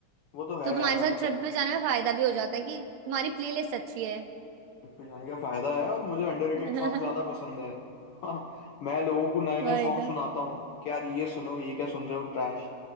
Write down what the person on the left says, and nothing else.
वो तो है
यार
मतलब
ट्रिप पे जाने का फायदा है और मुझे अंडररेटेड
सॉन्ग ज्यादा पसंद है <laughs> हाँ, मैं लोगों को नए
नए सॉन्ग
सुनाता हूँ कि यार ये सुनो ये क्या सुन रहे हो ट्रैश